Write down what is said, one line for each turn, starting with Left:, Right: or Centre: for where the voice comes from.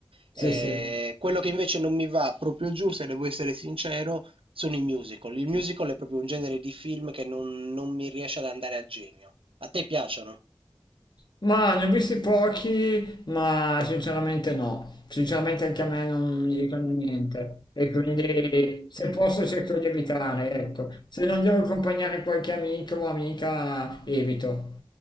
Right: Eh,
Left: sì. Sì, sì.
Right: quello che invece non mi va proprio giù, se devo essere sincero, sono i musical. Il musical è proprio un genere di film che non, non mi riesce ad andare a genio. A te piacciono?
Left: Ma ne ho visti pochi, ma sinceramente no. Sinceramente anche a me non mi dicono niente. E quindi se posso cerco di evitare, ecco. Se non devo accompagnare qualche amico o amica, evito.